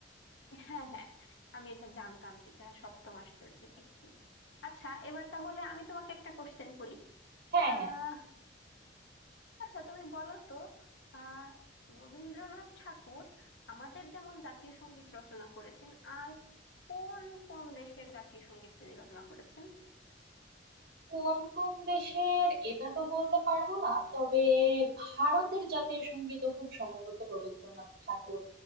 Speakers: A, on the left; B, on the right.
A: হ্যাঁ হ্যাঁ আমি এটা জানতাম যে এটা সপ্তম আশ্চর্যের একটি আচ্ছা এবার তাহলে আমি তোমাকে একটা কোশ্চেন করি
B: হ্যাঁ
A: আহ
B: হ্যাঁ
A: আচ্ছা তুমি বলো তো আহ রবীন্দ্রনাথ ঠাকুর আমাদের যেমন জাতীয় সঙ্গীত রচনা করেছেন আর কোন কোন দেশের জাতীয় সঙ্গীত তিনি রচনা করেছেন
B: কোন কোন দেশের এটা তো বলতে পারবো না তবে ভারতের জাতীয় সঙ্গীত খুব সম্ভবত রবীন্দ্রনাথ ঠাকুর